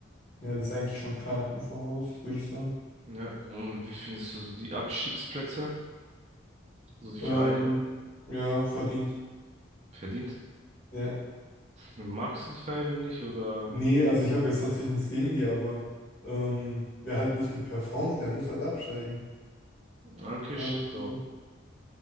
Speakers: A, on the left (about 50°); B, on the right (about 30°).
A: Ja, das ist eigentlich schon klar im Voraus, würde ich sagen.
B: Ja, und wie findest du so die Abstiegsplätze, so die
A: Ähm,
B: Vereine?
A: ja, verdient.
B: Verdient?
A: Ja.
B: Magst du die Vereine nicht oder?
A: Nee, also ich habe jetzt natürlich nichts gegen die, aber ähm, wer halt nicht gut performt, der muss halt absteigen.
B: Ah, Okay,
A: Ähm,
B: stimmt doch.